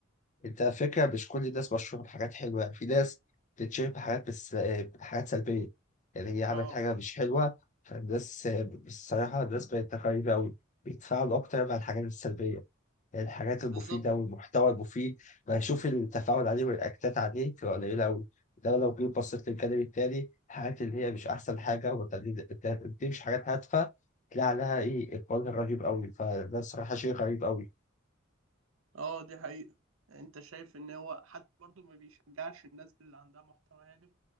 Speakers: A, on the left; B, on the right.
A: انت على فكره مش كل الناس مشهوره بحاجات حلوه يعني في ناس بتتشهر بحاجات بس بحاجات سلبيه يعني هي عملت
B: اه
A: حاجه مش حلوه فالناس آه، الصراحه الناس بقت غريبه قوي بيتفاعلوا اكتر مع الحاجات السلبيه الحاجات المفيدة
B: بالظبط
A: والمحتوى المفيد بشوف التفاعل عليه والرياكتات عليه بتبقى قليلة أوي ده لو جيت بصيت للجانب التاني الحاجات اللي هي مش أحسن حاجة وما بتديكش حاجات هادفة تلاقي عليها إيه إقبال رهيب أوي فده الصراحة شيء غريب أوي
B: اه دي حقيقة انت شايف ان هو حتى برضه ما بيشجعش الناس اللي عندها محتوى هادف